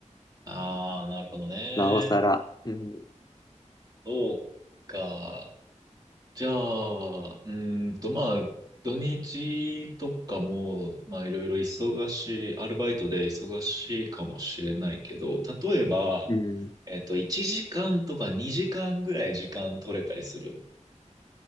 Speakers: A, on the right; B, on the left.
A: ああ、なるほどね。
B: なおさら、うん、
A: そうか。じゃあ、うーんと、まあ、土日とかも、まあ、いろいろ忙しい、アルバイトで忙しいかもしれないけど、例えば、
B: うん、
A: えっと、1時間とか2時間ぐらい時間取れたりする。